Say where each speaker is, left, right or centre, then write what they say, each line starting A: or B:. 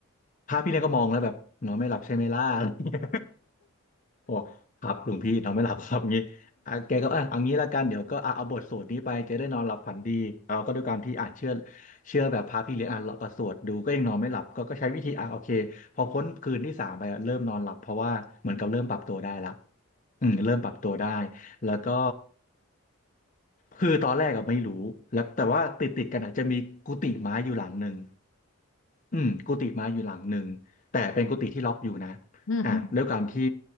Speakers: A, on the left (about 35°); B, on the left (about 60°).
A: พระพี่เนี่ยก็มองแล้วแบบนอนไม่หลับใช่ไหมล่ะอะไรเงี้ย โอ้ครับหลวงพี่นอนไม่หลับครับ <laughs> งี้อ่ะแกก็อ่ะเอางี้ละกัน เดี๋ยวก็อ่ะเอาบทสวดนี้ไปจะได้นอนหลับฝันดีเราก็ด้วยการที่อ่านเชื่อเชื่อแบบพระพี่เลี้ยงอ่านเราก็สวดดูก็ยังนอนไม่หลับก็ก็ใช้วิธีอ่ะโอเคพอพ้นคืนที่สามไปอ่ะเริ่มนอนหลับเพราะว่าเหมือนกับเริ่มปรับตัวได้ละอืมเริ่มปรับตัวได้แล้วก็ คือตอนแรกก็ไม่รู้แล้วแต่ว่าติดติดกันอ่ะจะมีกุฏิไม้อยู่หลังหนึ่งอืมกุฏิไม้อยู่หลังหนึ่ง แต่เป็นกุฏิที่ล็อกอยู่นะ
B: อืม
A: อ่ะด้วยการที่